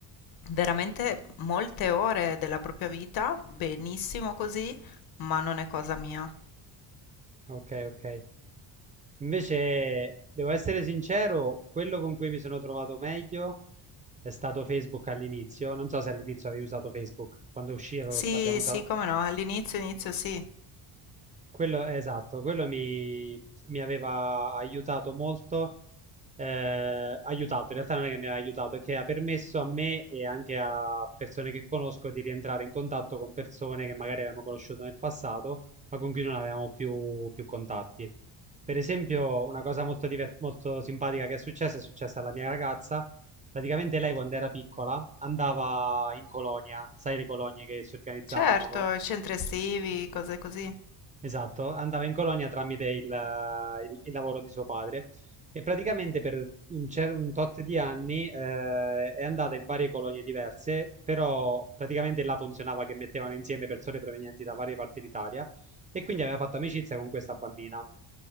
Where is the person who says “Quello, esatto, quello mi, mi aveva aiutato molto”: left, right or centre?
Right